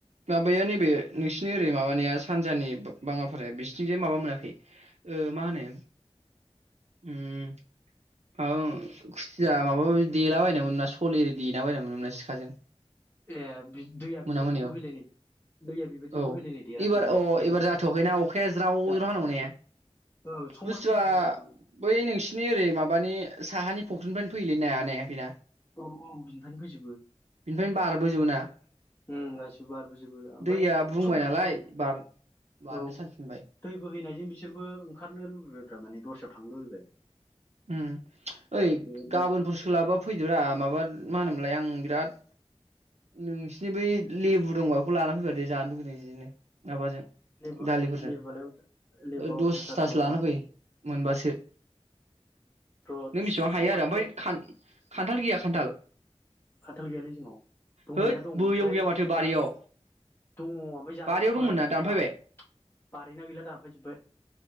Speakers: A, on the right; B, on the left.
A: माबाया नैबे नोंसिनि ओरै माबानाया सानजानि बाङाफाराया बिसोरथिंजाय माबा मोनाखै ओ मा होनो उम आ खुसिया माबा माबि देलाबायनाय मोनो ना सल ओरि देलाबायना मोनोमोना सिखाजों।
B: ए दैया
A: मोना
B: बेबायदि
A: मोनायाव
B: बोहैलायनाय दैया बेबायदि
A: औ
B: बोहैलायनाय देराखैना
A: एबार अ
B: देरा
A: एबार जाथ'वाखैना अखाया ज्राव
B: जा
A: ज्राव हांगौने
B: औ समानो
A: बुस्थुआ
B: जायाखैना दाबो
A: बै नोंसिनि ओरै माबानि साहानि फख्रिनिफ्रायनो फैयैलै नाया नाय बेना?
B: औ औ बिनिफ्रायनो फैजोबो।
A: बेनिफ्रायनो बारबोजोबो ना?
B: उम गासिबो बारबोजोबो आमफाय
A: दैया बुंबाय
B: सम जाथ'वाखै
A: नालाय बार बारनो
B: औ
A: सानफिनबाय
B: दै बोहैनायजों बेसो बिसोरबो ओंखारनो लुबैबायब्रा माने दस्रायाव थां लुबैबाय।
A: उम ओइ
B: बेबायदि
A: गाबोनफोर सोलाबोबा फैदोब्रा माबा मा होनोमोनलाय आं बिराद नोंसिनि बै लेबु दंबा बेखौ लाना फैफादै जानो लुुबैदों जिनो माबाजों
B: लेबा
A: दालिफोरजों
B: लेबालाय लेबा
A: ओ दसथासो
B: अयथासार दं
A: लाना फै मोनबासो।
B: र'
A: नों बेसेबां हायो
B: समा
A: आरो
B: मिलाय
A: आमफाय बै खा खान्थाल गैया खान्थाल?
B: खान्थाल गैयालै जोंनाव दंनाया
A: हैद
B: दं
A: बैयाव
B: ओमफ्राय
A: गैया माथो बारियाव
B: जा दङ ओमफाय जाजाथ'वा
A: बारियाव दंमोन
B: दानो
A: ना दानफायबाय
B: जा बारिना गैला दानफाय जोबबाय।